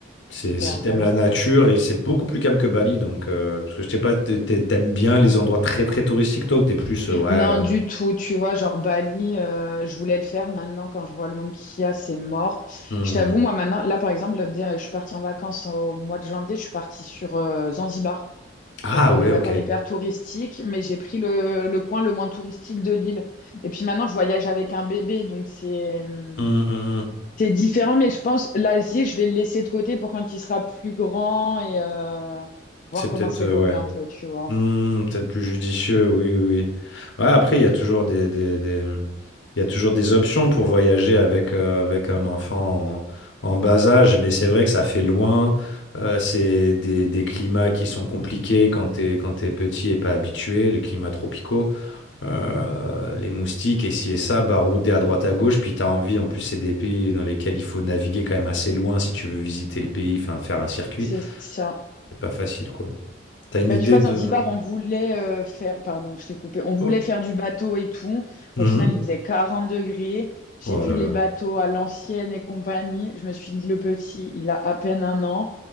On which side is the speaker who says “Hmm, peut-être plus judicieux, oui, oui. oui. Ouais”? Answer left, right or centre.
Left